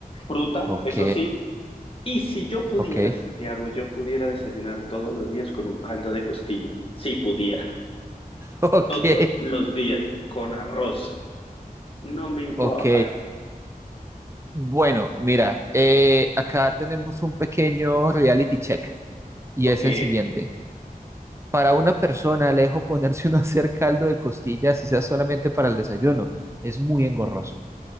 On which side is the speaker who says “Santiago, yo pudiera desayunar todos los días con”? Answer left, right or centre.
Left